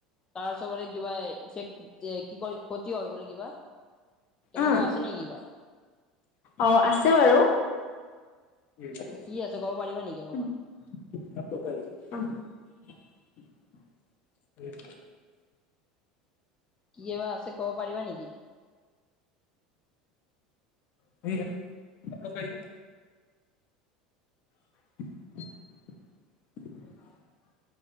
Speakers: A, on the left (about 25°); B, on the left (about 55°).
A: তাৰ চবৰে কিবা চেক কি কয় ক্ষতি হয় বোলে কিবা। তেনেকুৱা
B: আহ
A: আছে নেকি কিবা?
B: অহ আছে বাৰু। <unintelligible>
A: কি আছে ক'ব পাৰিবা নেকি অকমান?
B: <unintelligible>
A: কিয় বা আছে ক'ব পাৰিবা নেকি?
B: সিয়ে, আপলৌগ কাৰিয়ে। <inaudible>